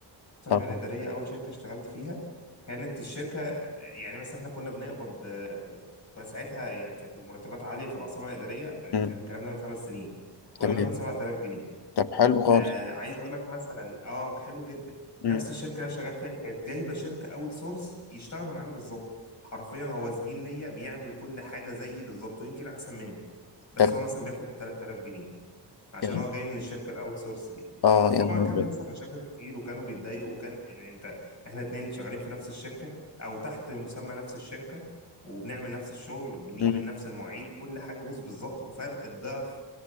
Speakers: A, on the left; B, on the left.
A: الاداريه
B: طبعا
A: اول شركه اشتغلت فيها كانت الشركه يعني مثلا احنا كنا بنقبض كنا ساعتها يعني كانت المرتبات عاليه في العاصمه الاداريه
B: مم.
A: كان الكلام ده من خمس سنين كنا
B: تمام
A: بناخد 7000 جنيه
B: طب حلو خالص
A: آه عايز اقول لك مثلا اه حلو جدا
B: مم.
A: نفس الشركه اللي انا شغال فيها دي كانت جايبه شركه اوت سورس يشتغلوا معانا بالظبط حرفيا هو زميل ليا بيعمل كل حاجه زيي بالظبط ويمكن احسن مني بس
B: طب
A: هو مثلا بياخد 3000 جنيه عشان
B: يا-
A: هو جاي من الشركه الاوت سورس دي
B: اه
A: فطبعا
B: يا نهار
A: كان
B: أبيض.
A: بيحصل مشاكل كتير وكانوا بيتضايقوا وكان يعني انت احنا اتنين شغالين في نفس الشركه او تحت مسمى نفس الشركه وبنعمل نفس الشغل بنيجي
B: مم.
A: من نفس المواعيد كل حاجه بص بالظبط وفرق الضعف